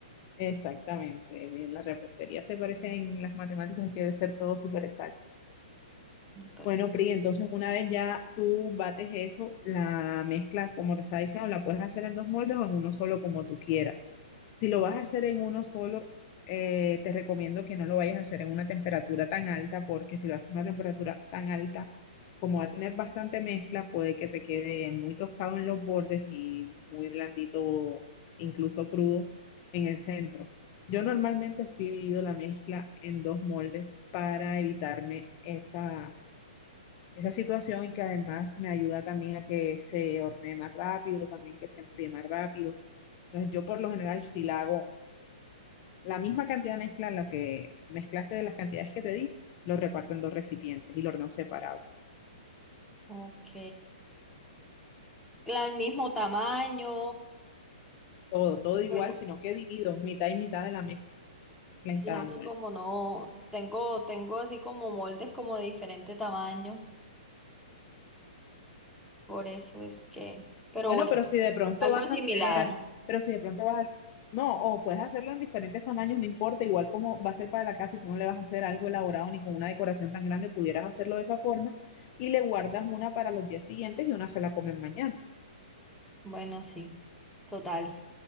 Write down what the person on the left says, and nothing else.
Exactamente, en la repostería se parece en las matemáticas que debe ser todo súper exacto.
Bueno, Pri, entonces una vez ya tú bates eso, la mezcla, como te estaba diciendo, la puedes hacer en dos moldes o en uno solo, como tú quieras. Si lo vas a hacer en uno solo, eh, te recomiendo que no lo vayas a hacer en una temperatura tan alta, porque si lo haces en una temperatura tan alta, como va a tener bastante mezcla, puede que te quede muy tostado en los bordes y muy blandito, incluso crudo, en el centro. Yo normalmente sí divido la mezcla en dos moldes para evitarme esa esa situación y que además me ayuda también a que se hornee más rápido, también que se enfríe más rápido. Entonces yo por lo general si la hago la misma cantidad de mezcla en la que mezclaste de las cantidades que te di, lo reparto en dos recipientes y lo horneo separado.
Todo, todo
igual, sino que divido mitad y mitad de la mezcla
en cada molde.
Bueno,
pero si de pronto
vas
a hacer, pero si de pronto vas a, no, o puedes hacerlo en diferentes tamaños, no importa, igual como va a ser para la casa y tú no le vas a hacer algo elaborado ni con una decoración tan grande, pudieras hacerlo de esa forma y le guardas una para los días siguientes y una se la comen mañana.